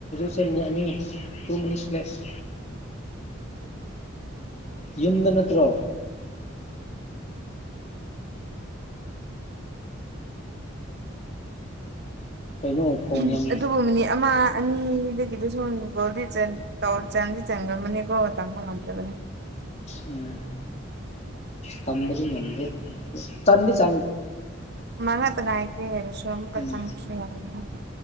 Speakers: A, on the left; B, on the right.
A: ꯅꯤ ꯇꯨ ꯃꯤꯅꯤꯠꯁ ꯂꯦꯁ ꯌꯨꯝꯗ ꯅꯠꯇ꯭ꯔꯣ ꯀꯩꯅꯣ ꯐꯣꯟ
B: ꯎꯍꯝ
A: ꯌꯥꯝ
B: ꯑꯗꯨꯕꯨ ꯃꯤꯅꯤꯠ ꯑꯃ ꯑꯅꯤꯗꯨꯒꯤꯗꯨꯁꯨ ꯒꯣꯜꯗꯤ ꯆꯟ ꯇꯧ ꯆꯥꯟꯗꯤ ꯆꯟꯂꯃꯅꯤꯀꯣ ꯇꯝꯕ ꯉꯝꯗꯕꯅꯤ
A: ꯎꯝ ꯇꯝꯕꯗꯤ ꯉꯝꯗꯦ ꯆꯟꯗꯤ ꯆꯟ
B: ꯃꯥ ꯉꯥꯛꯇ ꯉꯥꯏꯈꯔꯦꯅꯦ ꯃꯁꯨ ꯑꯃꯨꯛꯀ
A: ꯎꯝ
B: ꯆꯪ ꯁꯨ ꯑꯃꯨꯀꯥ